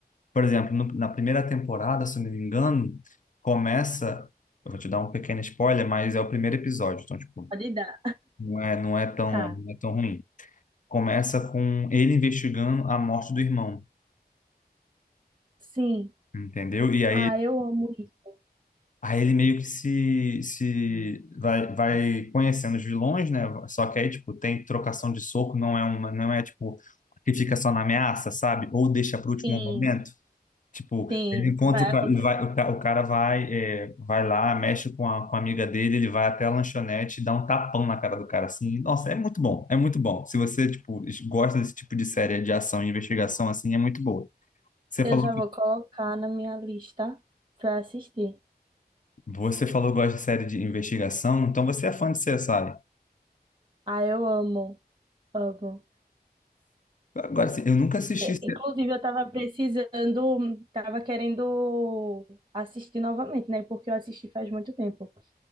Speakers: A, on the left (about 50°); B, on the right (about 30°).
A: Por exemplo, no- na primeira temporada, se eu não me engano, começa... Eu vou te dar um pequeno spoiler, mas é o primeiro episódio, então, tipo,
B: Pode dar.
A: não é, não é tão,
B: Tá.
A: não é tão ruim. Começa com ele investigando a morte do irmão,
B: Sim.
A: entendeu? E aí
B: Ah, eu amo isso.
A: Aí ele meio que se, se vai, vai conhecendo os vilões, né? Só que aí, tipo, tem trocação de soco, não é uma, não é tipo que fica só na ameaça, sabe? Ou deixa para o último
B: Sim,
A: momento. Tipo,
B: sim,
A: ele encontra
B: vai
A: o cara,
B: acontecer.
A: ele vai, o, ca- o cara vai, é, vai lá, mexe com a, com a amiga dele, ele vai até a lanchonete, e dá um tapão na cara do cara assim. Nossa, é muito bom, é muito bom. Se você, tipo, gosta desse tipo de série de ação e investigação assim, é muito boa. Você
B: Eu
A: falou
B: já
A: que
B: vou colocar na minha lista pra assistir.
A: você falou que gosta de série de investigação, então você é fã de CSI.
B: Ah, eu amo, amo.
A: Agora, assim, eu nunca assisti.
B: É,
A: C-
B: Inclusive, eu tava precisando, tava querendo assistir novamente, né? Porque eu assisti faz muito tempo.